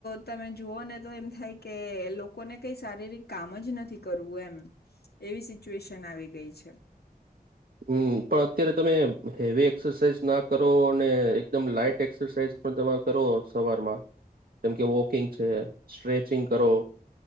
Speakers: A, on the left; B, on the right.
A: તમે જુઓ ને તો એમ થાય કે એ લોકોને કઈ શારીરિક કામ જ નથી કરવું એમ એવી સિચ્યુએશન આવી ગઈ છે.
B: હમ પણ અત્યારે તમે હેવી એક્સરસાઇઝ ના કર <unintelligible> નો એકદમ લાઈટ એક્સરસાઈઝ પણ તમે કરો સવારમાં જેમકે વોકિંગ છે. સ્ટ્રેચિંગ કરો